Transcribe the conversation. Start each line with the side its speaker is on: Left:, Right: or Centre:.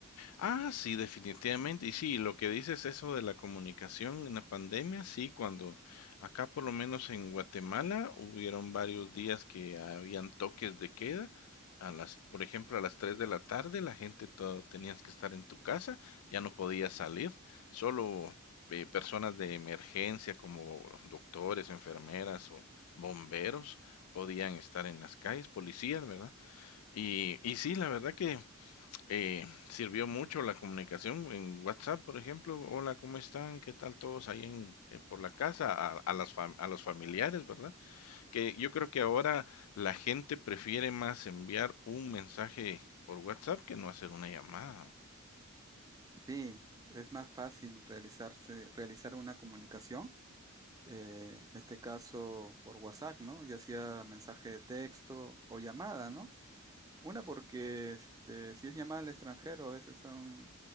Left: Ah, sí, definitivamente. Y sí, lo que dices eso de la comunicación en la pandemia, sí, cuando acá por lo menos en Guatemala hubieron varios días que habían toques de queda. A las, por ejemplo, a las 3 de la tarde la gente toda, tenías que estar en tu casa, ya no podías salir, solo eh, personas de emergencia como doctores, enfermeras o bomberos podían estar en las calles, policías, ¿verdad? Y, y sí, la verdad que eh, sirvió mucho la comunicación en WhatsApp, por ejemplo. Hola, ¿cómo están? ¿Qué tal todos ahí en, eh, por la casa? A, a las fam- a los familiares, ¿verdad? Que yo creo que ahora la gente prefiere más enviar un mensaje por WhatsApp que no hacer una llamada.
Right: Sí, es más fácil realizarse, realizar una comunicación, eh, en este caso por WhatsApp, ¿no? Ya sea mensaje de texto o llamada, ¿no? Una porque este, si es llamada al extranjero a veces son,